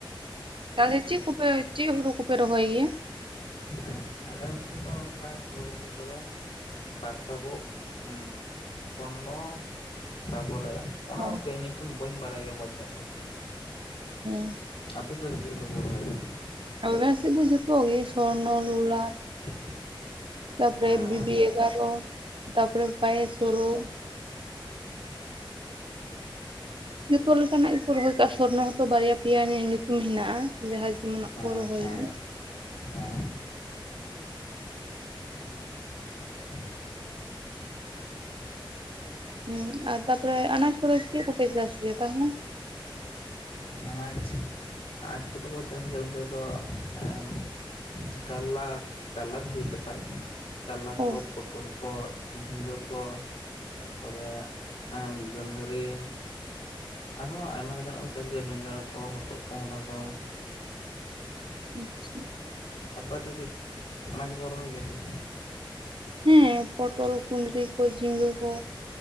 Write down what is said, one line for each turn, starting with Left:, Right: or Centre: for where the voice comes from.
Right: ᱛᱟᱦᱚᱞᱮ ᱪᱮᱫ ᱠᱚᱯᱮ ᱪᱮᱫ ᱦᱩᱲᱩ ᱠᱚᱯᱮ ᱨᱚᱦᱚᱭ ᱜᱮᱭᱟ ᱾
Left: ᱮᱸ ᱟᱞᱮ ᱚᱱᱛᱮ ᱫᱚ ᱚᱱᱠᱟ ᱦᱳᱲᱳ ᱨᱦᱚᱭ ᱠᱚᱫᱚ ᱩᱢ ᱵᱟᱠᱥᱚ ᱠᱚ ᱩᱸ ᱥᱚᱱᱱᱚ ᱛᱟᱯᱚᱨᱮ ᱚᱱᱟ
Right: ᱚ
Left: ᱦᱚᱠᱮ ᱤᱧ ᱧᱤᱛᱩᱢ ᱵᱟᱹᱧ ᱵᱟᱰᱟᱭ ᱜᱮᱭᱟ ᱢᱚᱸᱡᱽ ᱧᱚᱜ ᱫᱚ᱾
Right: ᱦᱮᱸ
Left: ᱟᱯᱮ ᱫᱚ ᱪᱮᱫ ᱦᱳᱲᱳ ᱵᱚ ᱨᱚᱦᱚᱭ?
Right: ᱟᱞᱮ ᱥᱮᱜ ᱫᱚ ᱡᱷᱛᱚ ᱜᱮ ᱥᱚᱨᱱᱚ ᱞᱚᱞᱟᱴ᱾
Left: <inaudible>
Right: ᱛᱟᱯᱚᱨᱮ
Left: ᱜᱮᱭᱟ
Right: ᱵᱤᱵᱤ ᱮᱜᱟᱨᱚ ᱛᱟᱯᱚᱨᱮ ᱯᱟᱭᱮᱥ ᱦᱳᱲᱳ᱾
Left: ᱦᱮᱸ
Right: ᱡᱷᱛᱚ ᱞᱮᱠᱟᱱᱟᱜ ᱜᱮᱠᱚ ᱨᱚᱦᱚᱭ ᱠᱟᱜᱼᱟ ᱥᱚᱨᱱᱚ ᱦᱚᱸ ᱛᱚ ᱵᱟᱨᱭᱟ ᱯᱮᱭᱟ ᱧᱩᱛᱩᱢ ᱦᱮᱱᱟᱜᱼᱟ᱾ ᱡᱟᱦᱟᱭ ᱡᱮᱢᱚᱱᱟᱜ
Left: ᱦᱮᱸ
Right: ᱠᱚ ᱨᱚᱦᱚᱭ
Left: ᱦᱮᱸ
Right: ᱜᱮ᱾
Left: ᱦᱮᱸ <inaudible>
Right: ᱦᱩᱸ ᱟᱨ ᱛᱟᱯᱚᱨᱮ ᱟᱱᱟᱡ ᱠᱚᱫᱚ ᱪᱮᱜ ᱠᱚᱯᱮ ᱪᱟᱥ ᱜᱮᱭᱟ ᱛᱟᱦᱞᱮ?
Left: ᱟᱱᱟᱡᱽ ᱟᱱᱟᱡᱽ ᱠᱚᱫᱚ ᱠᱚ ᱪᱟᱥ ᱜᱮᱭᱟ ᱟᱞᱮ ᱱᱚᱛᱮ ᱫᱚ ᱮᱸ ᱠᱟᱞᱞᱟ ᱠᱟᱞᱞᱟ ᱵᱮᱥᱤ ᱠᱚ ᱪᱟᱥᱟ ᱠᱟᱞᱞᱟ
Right: ᱚ
Left: ᱠᱚ, ᱯᱚᱴᱚᱞ ᱠᱚ ᱾ ᱡᱷᱤᱸᱜᱟᱹ ᱠᱚ ᱛᱟᱯᱚᱨᱮ ᱮᱸ ᱜᱟᱺᱫᱷᱟᱹᱨᱤ᱾ ᱟᱨᱦᱚᱸ ᱟᱭᱢᱟ ᱞᱮᱠᱟᱱᱟᱜ ᱠᱚ ᱪᱟᱥ ᱜᱮᱭᱟ ᱵᱮᱸᱜᱟᱲ ᱠᱚ, ᱦᱚᱛᱚᱜ ᱠᱚ, ᱦᱚᱱᱰᱟ ᱠᱚ᱾
Right: ᱟᱪᱪᱷᱟ
Left: ᱟᱯᱟ ᱫᱚ ᱪᱮᱠ ᱟᱱᱟᱡ ᱠᱚᱠᱚ ᱨᱚᱦᱚᱭ ᱜᱮᱭᱟ ᱥᱮ ᱪᱮᱜ?
Right: ᱦᱮᱸ ᱯᱚᱴᱚᱞ, ᱠᱩᱸᱫᱽᱨᱤ ᱠᱚ, ᱡᱷᱤᱸᱜᱟᱹ ᱠᱚ᱾